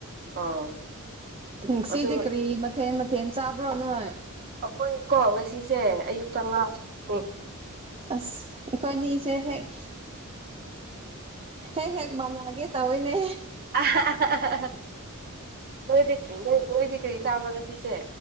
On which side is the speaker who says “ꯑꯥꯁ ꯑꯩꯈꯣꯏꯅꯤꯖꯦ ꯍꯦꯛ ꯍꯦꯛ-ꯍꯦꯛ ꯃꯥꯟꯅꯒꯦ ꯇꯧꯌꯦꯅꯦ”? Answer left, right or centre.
Right